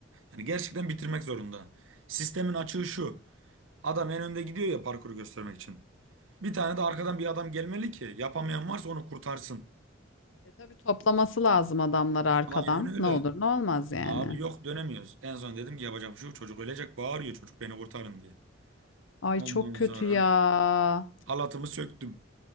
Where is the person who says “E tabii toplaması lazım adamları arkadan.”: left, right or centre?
Left